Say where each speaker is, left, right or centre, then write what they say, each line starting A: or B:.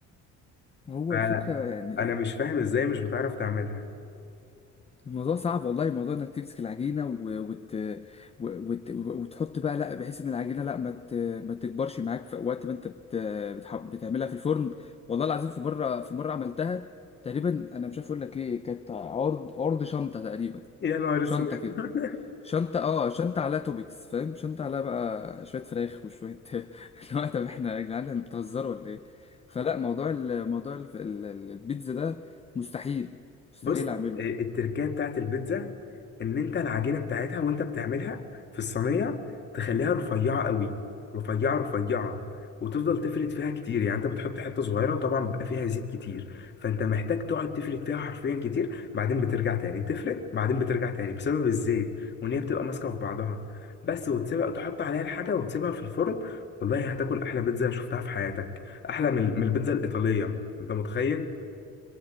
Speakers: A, on the left; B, on the left.
A: هو
B: فانا
A: الفكره يعني
B: مش فاهم ازاي مش بتعرف تعملها
A: الموضوع صعب والله موضوع انك تمسك العجينه و... وت... و... وت... وتحط بقى لا بحيث ان العجينه لا ما, ت... ما تكبرش معاك في وقت ما انت بت... بتح... بتعملها في الفرن والله العظيم في مره في مره عملتها تقريبا انا مش عارف اقول لك ايه كانت عرض عرض شنطه تقريبا
B: يا نهار
A: شنطة
B: اسود
A: كده
B: <laughs>
A: شنطة اه شنطة عليها توبكس فاهم شنطة عليها بقى شوية فراخ وشوية <laughs> اللي هو طب احنا يا جدعان احنا بتهزروا ولا ايه فلا موضوع ال- موضوع ال- ال- البيتزا ده مستحيل مستحيل
B: بص
A: اعمله
B: آه، التركية بتاعت البيتزا ان انت العجينة بتاعتها وانت بتعملها في الصينية تخليها رفيعة قوي رفيعة رفيعة وتفضل تفرد فيها كتير يعني انت بتحط حتة صغيرة وطبعا بيبقى فيها زيت كتير فانت محتاج تقعد تفرد فيها حرفيا كتير بعدين بترجع تاني تفرد بعدين بترجع تاني بسبب الزيت وان هي بتبقى ماسكة في بعضها بس وتسيبها تحط عليها الحاجة وتسيبها في الفرن والله هتاكل احلى بيتزا شفتها في حياتك احلى من من البيتزا الإيطالية انت متخيل